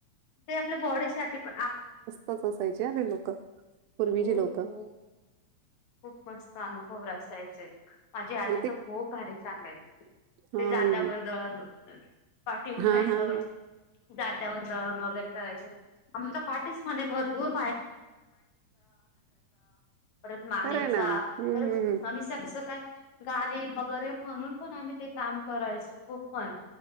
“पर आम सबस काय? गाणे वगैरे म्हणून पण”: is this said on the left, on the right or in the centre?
Left